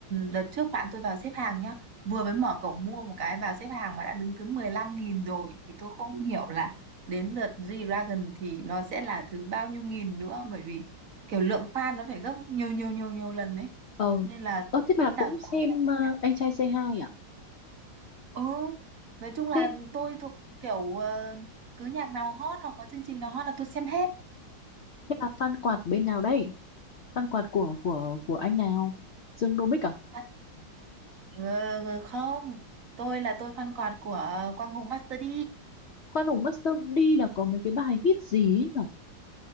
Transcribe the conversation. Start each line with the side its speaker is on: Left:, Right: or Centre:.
Right: đợt trước bạn tôi vào xếp hàng nhá vừa mới mở cổng mua một cái vào xếp hàng mà đã đứng thứ 15 nghìn rồi thì tôi không hiểu là đến lượt G-Dragon thì nó sẽ là thứ bao nhiêu nghìn nữa bởi vì kiểu lượng fan nó phải gấp nhiều nhiều nhiều nhiều lần đấy
Left: Ờ
Right: nên là
Left: Ơ
Right: tôi
Left: thế
Right: nghĩ
Left: bà cũng
Right: là khó
Left: xem
Right: săn
Left: ờ,
Right: vé.
Left: Anh trai Say Hi à
Right: Ừ, nói chung là
Left: Thế,
Right: tôi thuộc kiểu ờ, cứ nhạc nào hot hoặc có chương trình nào hot là tôi xem hết.
Left: thế bà fan quạt bên nào đây Văn quạt của của của anh nào? Dương Đô Bích à?
Right: Bạn- Ờ, không, tôi là tôi fan quạt của Quang Hùng Master D.
Left: Khoan hùng mất sớm đi là có mấy cái bài hit gì ấy nhở?